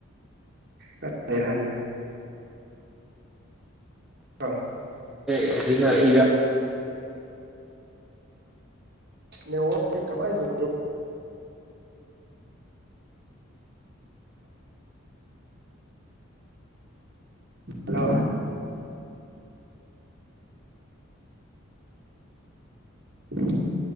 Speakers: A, on the right; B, in the centre.
A: ꯄꯨꯔꯥ ꯕꯦꯔꯥꯅꯤꯍꯦ ꯑ <inaudible>
B: ꯑꯗꯨ ꯏ <inaudible>
A: ꯅ ꯋꯥ ꯀꯃꯥꯏ <inaudible> ꯍꯜꯂꯣ <unintelligible>